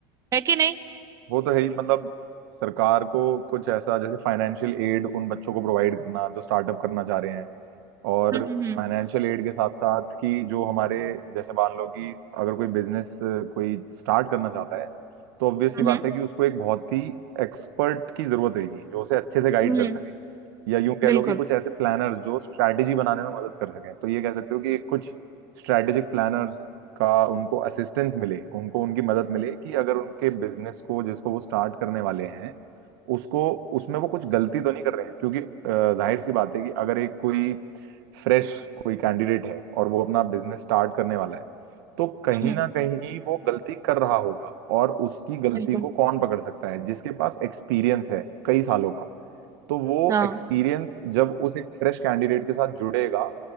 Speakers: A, on the right; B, on the right.
A: है कि नहीं
B: वो तो है ही मतलब सरकार को कुछ ऐसा जैसे फाइनेंशियल एड उन बच्चों को प्रोवाइड करना जो स्टार्टअप करना चाह रहे हैं और
A: हम्म हम्म
B: फाइनेंशियल एड के साथ साथ कि जो हमारे जैसे मान लो कि अगर कोई बिजनेस कोई स्टार्ट करना चाहता है तो ऑब्वियस सी
A: हम्म
B: बात है कि उसको एक बहुत ही एक्सपर्ट की जरूरत रहेगी जो उसे अच्छे से गाइड
A: हम्म
B: कर
A: हम्म,
B: सके या यूं कह
A: बिल्कुल
B: लो कि कुछ ऐसे प्लानर्स जो स्ट्रैटेजी बनाने में मदद कर सकें तो ये कह सकते हो कि कुछ स्ट्रैटेजिक प्लानर्स का उनको असिस्टेंस मिले उनको उनकी मदद मिले कि अगर उनके बिजनेस को जिसको वो स्टार्ट करने वाले हैं उसको उसमें वो कुछ गलती तो नहीं कर रहे हैं क्योंकि अ, जाहिर सी बात है कि अगर एक कोई फ्रेश कोई कैंडिडेट है और वो अपना बिजनेस स्टार्ट करने वाला है तो कहीं
A: हम्म
B: ना कहीं वो गलती कर रहा होगा और उसकी गलती
A: बिल्कुल
B: को कौन पकड़ सकता है जिसके पास एक्सपीरियंस है कई सालों का तो वो
A: हाँ
B: एक्सपीरियंस जब उस एक फ्रेश कैंडिडेट के साथ जुड़ेगा